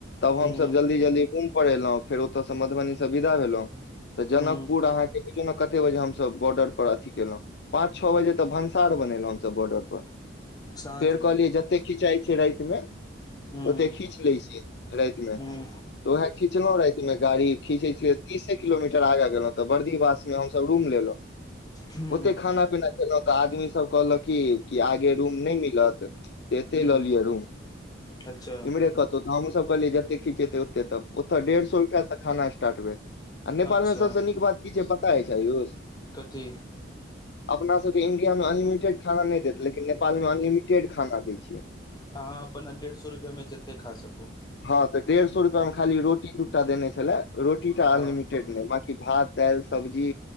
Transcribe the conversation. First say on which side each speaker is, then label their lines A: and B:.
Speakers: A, on the left; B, on the left.
A: तब
B: ह्म
A: हमसभ जल्दी जल्दी म पर एलहुं फेर ओतय सें मधुबनी से विदा भेलहुं तऽ
B: ह्म
A: जनकपुर अहाँ के कलहु क तेते बजे हमसभ बॉर्डर पर अथिी केलहुँ पाँच छओ बजे तऽ भनसार बनेलहुँ हमसभ बॉर्डर पर
B: साँझमे
A: फेर कहलियै जतेक खिचाइ छै रातमे
B: ह्म
A: ओते खींच लै छिय रात मे तऽ
B: ह्म
A: उएह खीचलँ रातमे गाड़ी खीचै छिय तीसे किलोमीटर आग गेलहु तऽ बर्दी बात हमसब रूम लेब
B: ह्म
A: ओते खाना पीना खेलहुं तऽ आदमी सब कहलक की कि आगे रूम नहि मिलत अते
B: ह्म
A: लऽलियै
B: अच्छा
A: इम्हरे कहु त हमूसभ कहलियै जतेक खिचेतै ओते त ओतऽ डेढ़ सए रुपैआसँ खाना स्टार्ट भेल आ नेपालमे
B: अच्छा
A: सबसँ नीक बात की छै पता हइ छै आयूष
B: कथी
A: अपना सबकेँ इंडिया मे अनलिमिटेड खाना नहि देत लेकिन नेपाल म अनलिमिटेड खाना दै छियै
B: अहाँ अपन डेढ़ सौ रुपया म जते खा सकू
A: हँ तऽ डेढ़ सौ रुपआ मे खाली रोटी दूटा देने छलै रोटी टा
B: हँ
A: अनलिमिटेड बाकी भात दाइल सब्जी